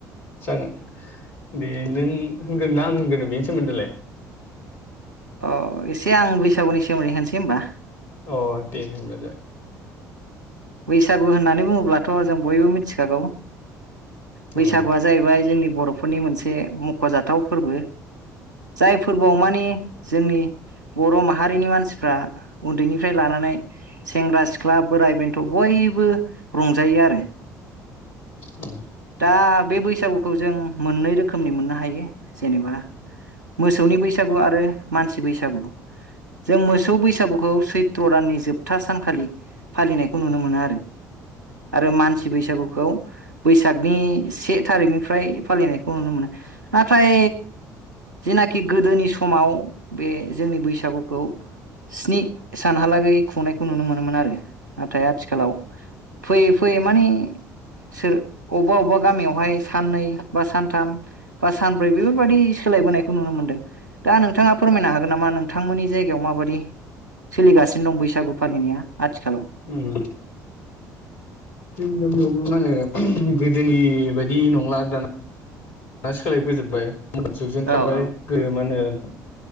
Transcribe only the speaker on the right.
अ एसे आं बैसागुनि सोमोन्दै होनसै होमबा
बैसागु होननानै बुङोब्लाथ' जों बयबो मिथिखागौ बैसागुआ
जाहैबाय जोंनि बर' फोरनि मोनसे मख'जाथाव फोरबो जाय फोरबोआव मानि जोंनि बर' माहारिनि मानसिफ्रा उन्दैनि फ्राय लानानै सेंग्रा सिख ख्ला बोराय बेन थ' बयबो रंजायो आरो
दा बे बैस सागुखौ जों मोननै रोखोमनि मोननो हायो जेनेबा मोसौनि बैसागु आरो मानसि बैसागु जों मोसौ बैसागुखौ सैत्र' दाननि जोबथा सानखालि फालिनाय नुनो मोनो आरो आरो मानसि बैसागुखौ बैसागनि से थारिखनिफ्राय फालिनायखौ नुनो मोनो नाथाय जेनाखि गोदोनि समाव बे जोंनि बैसागुखौ स्नि सानहालागै खुंनायखौ नुनो मोनोमोन आरो नाथाय आथिखालाव फैयै फैयै माने सोर अबबा अबबा गामियावहाय साननै बा सानथाम बा सानब्रै बेफोरबादि सोलायबोनायखौ नुनो मोनदों दा नोंथाङा फोरमायनो हागोन नामा नोंथांमोननि जायगायाव माबादि? सोलिगासिनो दं बैसागु फालिनाया आथिखालाव
औ औ